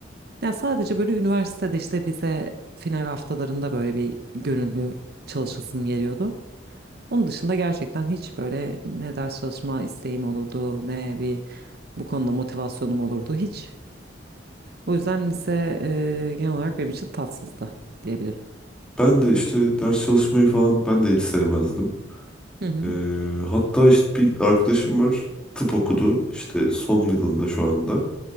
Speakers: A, on the right (about 55°); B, in the centre.
A: Yani sadece böyle üniversitede işte vize final haftalarında böyle bir gönüllü çalışasım geliyordu. Onun dışında gerçekten hiç böyle ne ders çalışma isteğim olurdu ne bir bu konuda motivasyonum olurdu hiç. O yüzden lise e, genel olarak benim için tatsızdı diyebilirim.
B: Ben de işte ders çalışmayı falan ben de hiç sevmezdim.
A: Hı hı.
B: Ee, hatta işte bir arkadaşım var tıp okudu işte son yılında şu anda.